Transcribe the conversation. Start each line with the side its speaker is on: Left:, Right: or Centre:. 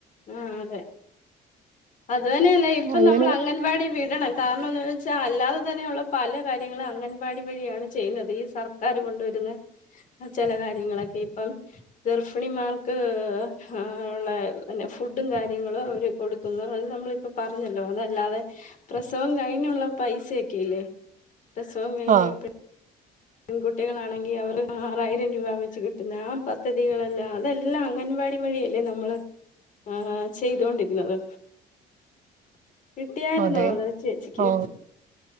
Left: ആ അതെ അ അതു തന്നെയല്ലേ ഇപ്പം
Right: അങ്ങനെ
Left: നമ്മൾ അംഗൻവാടി വിടണം കാരണം എന്ത വെച്ചാൽ അല്ലാതെ തന്നെയുള്ള പല കാര്യങ്ങളും അംഗൻവാടി വഴിയാണ് ചെയ്യുന്നത് ഈ സർക്കാർ കൊണ്ടുവരുന്ന ചെല കാര്യങ്ങളൊക്കെ ഇപ്പം ഗർഭിണിമാർക്ക് ആ ഉള്ള പിന്നെ ഫുഡും കാര്യങ്ങളും അവര് കൊടുക്കുന്നു അത് നമ്മളിപ്പോ പറഞ്ഞല്ലോ അതല്ലാതെ പ്രസവം കഴിഞ്ഞുള്ള പൈസൊക്കെ ഇല്ലേ പ്രസവം കഴിഞ്ഞ്
Right: ആ
Left: പെട്ട പെൺകുട്ടികളാണെങ്കി അവർ ആറായിരം രൂപ വെച്ച് കിട്ടുന്ന ആ പദ്ധതികളല്ലാം അതെല്ലാം അംഗൻവാടി വഴിയല്ലേ നമ്മള് ആ ചെയ്തൊണ്ടിരുന്നത് കിട്ടിയായിരുന്നോ
Right: അതെ
Left: അത് ചേച്ചിക്ക്
Right: ആ